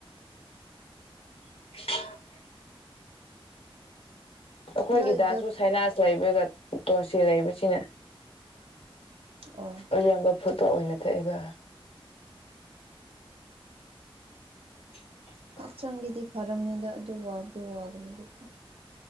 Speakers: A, on the left (about 85°); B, on the right (about 75°).
A: <inaudible> ꯑꯩꯈꯣꯏꯒꯤ
B: ꯅꯣꯏꯗ
A: ꯗꯥꯁꯨ ꯁꯥꯏꯅꯁ ꯂꯩꯕꯒ ꯇꯣꯜꯁꯤ ꯂꯩꯕꯁꯤꯅ
B: ꯑꯣ
A: ꯑꯌꯥꯝꯕ ꯐꯨꯠꯄ ꯑꯣꯏꯅ ꯊꯛꯑꯦꯕ <inaudible>
B: ꯍꯛꯆꯥꯡꯒꯤꯗꯤ ꯐꯔꯝꯅꯤꯗ ꯑꯗꯨ ꯋꯥꯕꯗꯤ ꯋꯥꯕꯅꯤꯕꯀꯣ